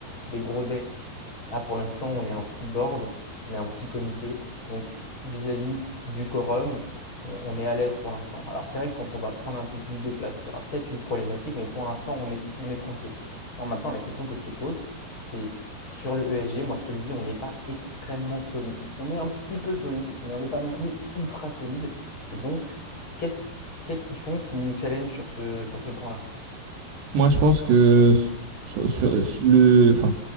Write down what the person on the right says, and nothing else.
Moi, je pense que. s- Sur, sur- sur le. Enfin,